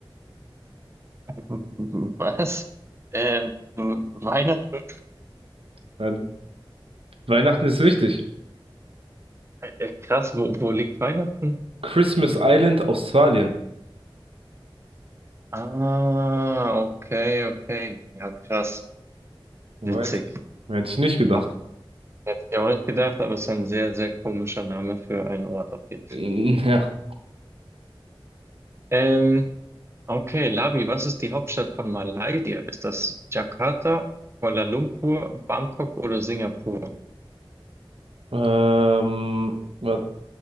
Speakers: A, on the right (about 30°); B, on the right (about 80°).
A: <laughs> was? Ähm, Weihnachten?
B: Ja, Weihnachten ist richtig.
A: Äh, krass, wo, wo liegt Weihnachten?
B: Christmas
A: S-
B: Island, Australien.
A: Ah, okay, okay. Ja, krass. Witzig.
B: Alright. Hätte ich nicht gedacht.
A: Auch, hätte ich auch nicht gedacht, aber es ist ein sehr, sehr komischer Name für einen Ort auf jeden Fall.
B: Mm, Ja.
A: Ähm, okay, Labi, was ist die Hauptstadt von Malaysia? Ist das Jakarta, Kuala Lumpur, Bangkok oder Singapur?
B: Ähm, wa-